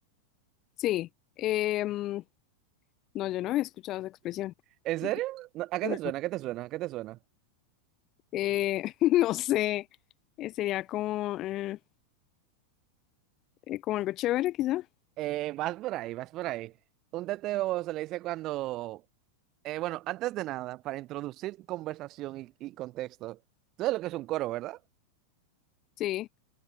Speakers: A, on the left; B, on the right.
A: Sí, em, no, yo no había escuchado esa expresión.
B: ¿En serio?
A: Yo creo
B: No, ¿A qué
A: que no.
B: te suena? ¿A qué te suena? ¿A qué te suena?
A: Eh, <laughs> no sé, eh, sería como, eh, eh, como algo chévere, quizá.
B: Eh, vas por ahí, vas por ahí. Un teteo se le dice cuando... eh, bueno, antes de nada, para introducir conversación y, y contexto, tú sabes lo que es un coro, ¿verdad?
A: Sí,